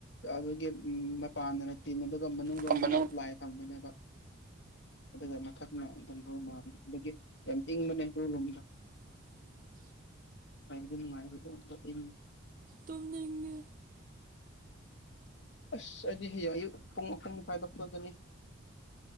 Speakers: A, on the left (about 60°); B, on the right (about 40°).
A: ꯑꯗꯨꯒꯤ ꯎ ꯃꯄꯥꯟꯗꯅ ꯇꯤꯟ ꯑꯗꯨꯒ ꯃꯅꯨꯡ ꯂꯣꯝꯗꯅ
B: ꯊꯝꯕꯅꯨ
A: ꯄ꯭ꯂꯥꯏ ꯊꯝꯕꯅꯦꯕ ꯑꯗꯨꯒ ꯃꯊꯛꯅ ꯗꯝꯕꯨꯔ ꯃꯥ ꯑꯗꯨꯒꯤ ꯌꯥꯝ ꯏꯪꯕꯅꯦ ꯑꯗꯨ ꯔꯨꯝꯗꯣ
B: <unintelligible>
A: ꯀꯥꯏꯕꯗꯤ ꯅꯨꯡꯉꯥꯏꯕ <unintelligible>
B: ꯇꯨꯝꯅꯤꯡꯉꯦ
A: ꯑꯁ ꯑꯩꯗꯤ ꯍꯌꯦꯡ ꯑꯌꯨꯛ ꯄꯨꯡ ꯑꯍꯨꯝ ꯃꯈꯥꯏꯗ ꯍꯧꯒꯠꯀꯅꯤ